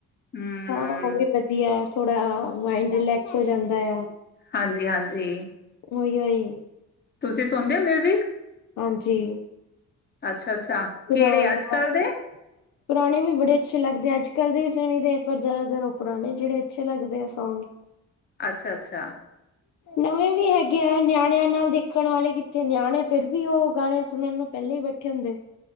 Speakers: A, on the left; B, on the left.
A: ਹੂੰ,
B: ਹਾਂ ਉਹ ਵੀ ਵਧੀਆ ਏ। ਥੋੜ੍ਹਾ ਆ ਮਾਇੰਡ ਰਿਲੈਕਸ ਹੋ ਜਾਂਦਾ ਆ।
A: ਹਾਂਜੀ - ਹਾਂਜੀ
B: ਉਓਹੀ।
A: ਤੁਸੀਂ ਸੁਣਦੇ ਹੋ ਮਿਊਜਿਕ?
B: ਹਾਂਜੀ
A: ਅੱਛਾ - ਅੱਛਾ
B: ਪੁਰਾਣੇ
A: ਕਿਹੜੇ ਅੱਜ
B: ਵਾਲੇ
A: ਕਲ ਦੇ?
B: ਪੁਰਾਣੇ ਵੀ ਬੜੇ ਅੱਛੇ ਲੱਗਦੇ ਆ ਅੱਜ ਕੱਲ੍ਹ ਦੇ ਵੀ ਸੁਣੇਦੇ ਪਰ ਜ਼ਿਆਦਾਤਰ ਉਹ ਪੁਰਾਣੇ ਜਿਹੜੇ ਅੱਛੇ ਲੱਗਦੇ ਆ ਸੌਂਗ। <inaudible>
A: ਅੱਛਾ - ਅੱਛਾ
B: ਨਵੇਂ ਵੀ ਹੈਗੇ ਆ ਨਿਆਣਿਆਂ ਨਾਲ ਦੇਖਣ ਵਾਲੇ ਕਿੱਥੇ ਨਿਆਣੇ ਫਿਰ ਵੀ ਉਹ ਗਾਣੇ ਸੁਣਨ ਨੂੰ ਪਹਿਲੇ ਹੀ ਬੈਠੇ ਹੁੰਦੇ।